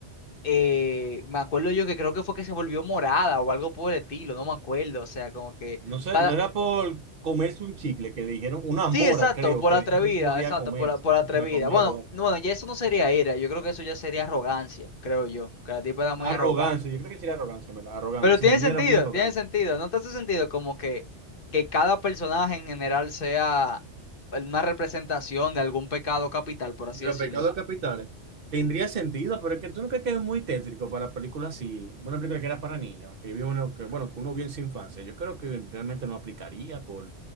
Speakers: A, on the left; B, on the right.
A: eh, me acuerdo yo que creo que fue que se volvió morada o algo por el estilo, no me acuerdo, o sea, como que...
B: no sé,
A: Cada,
B: no era por comerse un chicle que le dijeron, una mora,
A: Sí, exacto,
B: creo,
A: por
B: que
A: atrevida,
B: le dijeron que no podía
A: exacto,
B: comerse,
A: por, por atrevida.
B: y si la comía
A: Bueno,
B: igual.
A: no, bueno, ya eso no sería ira, yo creo que eso ya sería arrogancia, creo yo, que la tipa era muy
B: Arrogancia,
A: arrogante.
B: yo creo que sí era arrogancia, ¿verdad? Arrogante.
A: Pero
B: Si
A: tiene
B: la niña
A: sentido,
B: era muy arrogante.
A: tiene sentido, ¿no te hace sentido como que, que cada personaje en general sea una representación de algún pecado capital, por así
B: De los
A: decirlo?
B: pecados capitales. Tendría sentido, pero es que tú no crees que es muy tétrico para películas así, una película que era para niños, que vio uno que, bueno, que uno vio en su infancia. Yo creo que realmente no aplicaría por,